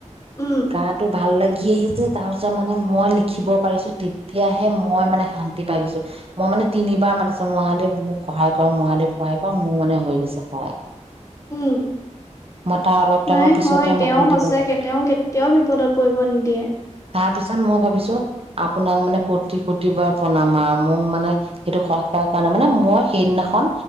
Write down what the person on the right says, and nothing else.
গা টো ভাল লাগে ইি যে তা পিছত মান মানে মই লিখিব পাৰিছো তেতিয়াহে মই মানে শান্তি পাই গৈছো মই মানে তিনিবাৰ মাতিছো মহাদেৱ মোক সহায় কৰক মহাদেৱ সহায় কৰক মোৰ মানে হৈ গৈছে সহায়
মই তাৰ অলপ টাইমৰ
পিছতে
মই
শান্তি
পাইছো
তাৰপিছত মই ভাবিছো আপোনাক মানে কোটি কোটি বাৰ প্ৰনাম আৰু মোৰ মানে সেইটো সায় কৰোৱাৰ কাৰণে মানে মই সেইদিনাখন